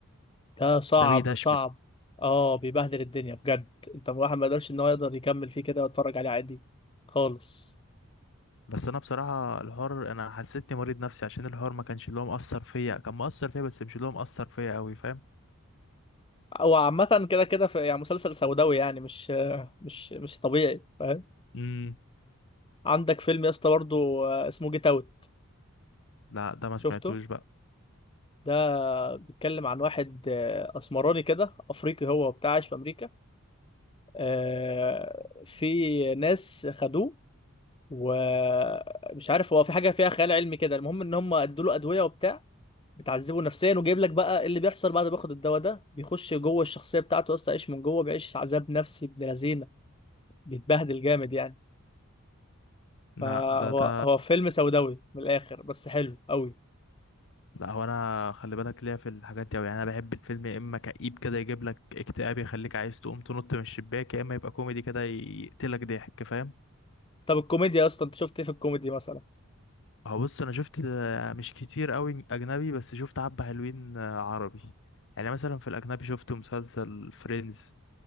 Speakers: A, on the left; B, on the left.
A: ده صعب
B: ده بيدشمل
A: صعب اه بيبهدل الدنيا بجد انت الواحد ما يقدرش ان هو يقدر يكمل فيه كده ويتفرج عليه عادي خالص
B: بس انا بصراحة الحوار انا حسيتني مريض نفسي عشان الحوار ما كانش اللي هو مأثر فيا كان مأثر فيا بس مش اللي هو مأثر فيا قوي فاهم
A: هو عامة كده كده في يعني مسلسل سوداوي يعني مش مش مش طبيعي فاهم
B: امم
A: عندك فيلم يا اسطى برضه آه، اسمه جيت اوت
B: لا ده ما سمعتوش
A: شفته
B: بقى
A: ده بيتكلم عن واحد آه، اسمراني كده افريقي هو وبتاع عايش في امريكا آه، في ناس خدوه ومش عارف هو في حاجة فيها خيال علمي كده المهم ان هم ادوا له ادوية وبتاع بتعذبه نفسيا وجايب لك بقى اللي بيحصل بعد ما بياخد الدواء ده بيخش جوه الشخصيه بتاعته يا اسطى يعيش من جوه بيعيش عذاب نفسي ابن لذينه بيتبهدل جامد يعني
B: لا
A: فهو
B: ده ده
A: هو فيلم سوداوي من الاخر بس حلو قوي
B: لا هو انا خلي بالك ليا في الحاجات دي أوي يعني انا بحب الفيلم يا اما كئيب كده يجيب لك اكتئاب يخليك عايز تقوم تنط من الشباك يا اما يبقى كوميدي كده يقتلك ضحك فاهم
A: طب الكوميديا يا اسطى انت شفت ايه في الكوميدي مثلا
B: هو بص انا شفت آه، مش كتير قوي اجنبي بس شفت حبة حلوين آه، عربي يعني مثلا في الاجنبي شفت مسلسل فريندز